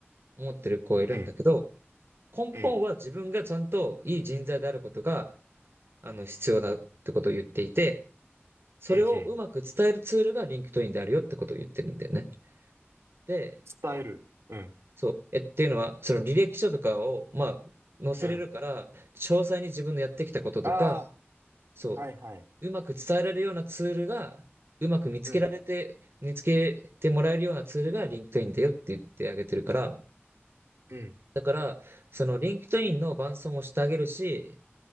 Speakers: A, on the right (about 60°); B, on the right (about 80°).
A: 思ってる子がいるんだけど、
B: うん、
A: 根本は自分がちゃんといい人材であることが、
B: うん、
A: あの、必要だってことを言っていて、それをうまく伝えるツールが
B: うん、うん。
A: LinkedIn であるよってことを言ってるんだよね。で、
B: 伝える。うん、
A: そう。え、っていうのは、その履歴書とかを、まあ、載せれるから、
B: うん。
A: 詳細に自分のやってきたこととか、
B: あ
A: そ
B: あ、はい、はい。
A: う。うまく伝えられるようなツールが、うまく見つけられて、
B: うん、
A: 見つけてもらえるようなツールが LinkedIn だよって言ってあげてるから、
B: うん、
A: だから、その LinkedIn の伴走もしてあげるし、